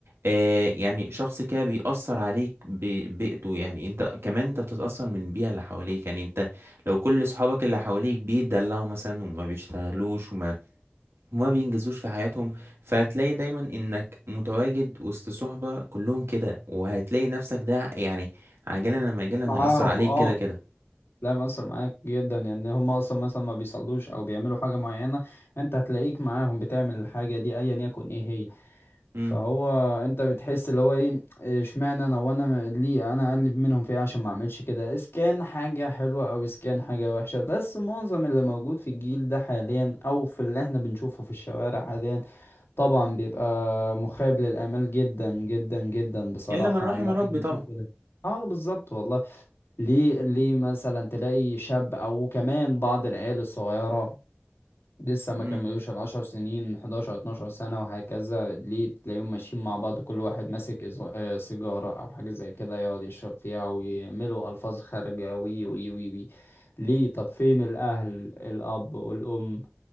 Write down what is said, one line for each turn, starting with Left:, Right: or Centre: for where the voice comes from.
Right: آه يعني شخص كده بيأثر عليك ببيئته يعني انت كمان انت بتتأثر من البيئة اللي حواليك يعني انت لو كل اصحابك اللي حواليك بيتدلعوا مثلا وما بيشتغلوش وما وما بينجزوش في حياتهم فهتلاقي دايما انك متواجد وسط صحبة كلهم كده وهتلاقي نفسك ده يعني عاجلا أم آجلا
Left: معاهم
Right: هيأثر عليك
Left: اه
Right: كده كده
Left: لا مأثر معاك جدا لان هم اصلا مثلا ما بيصلوش او بيعملوا حاجة معينة انت هتلاقيك معاهم بتعمل الحاجة دي ايا يكن ايه هي
Right: مم.
Left: فهو انت بتحس اللي هو ايه اشمعنى انا وانا ليه انا اقلب منهم في ايه عشان ما اعملش كده اذا كان حاجه حلوه او اذا كان حاجه وحشه بس معظم اللي موجود في الجيل ده حاليا او في اللي احنا بنشوفه في الشوارع حاليا طبعا بيبقى مخيب للامال جدا جدا جدا بصراحه
Right: الا من
Left: على
Right: رحم
Left: اللي
Right: ربي
Left: احنا بنشوفه
Right: طبعا
Left: ده اه بالظبط والله ليه ليه مثلا تلاقي شاب او كمان بعض العيال الصغيره لسه ما
Right: امم
Left: كملوش العشر سنين 11 12 سنة وهكذا ليه تلاقيهم ماشيين مع بعض كل واحد ماسك إز- آه، سيجارة أو حاجة زي كده يقعد يشرب فيها ويعملوا ألفاظ خارجة وي وي وي وي ليه طب فين الأهل الأب والأم